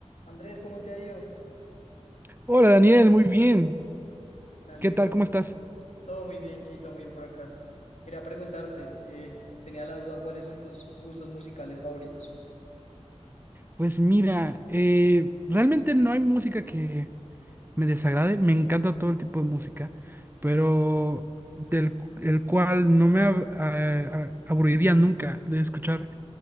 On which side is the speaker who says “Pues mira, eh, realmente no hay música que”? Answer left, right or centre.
Right